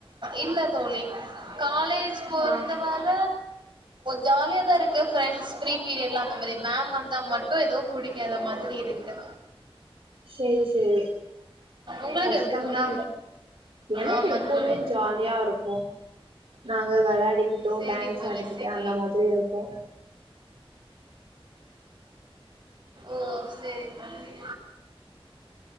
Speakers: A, on the right; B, on the right.
A: இல்ல தோழி காலேஜ் பொறுத்த
B: ஆ
A: வர ஜாலிய தா இருக்கு ஃப்ரெண்ட்ஸ் பிரீ பீரியட்ல அந்த மாரி மேம் வந்தா மட்டும் ஏதோ பிடிக்காத மாதிரி இருக்கு
B: சரி சரி
A: உங்களுக்கு
B: கஷ்டம்தான்
A: எப்டி தோழி
B: எனக்கு
A: ஆமா
B: எப்பவுமே
A: தோழி
B: ஜாலியா இருக்கும் நாங்க வெளாடிக்கிட்டும்
A: சேரி
B: டான்ஸ்
A: தோழி
B: ஆடிக்கிட்டு
A: சரி
B: அந்த மாரி இருக்கும்
A: ஓ செரி தோழி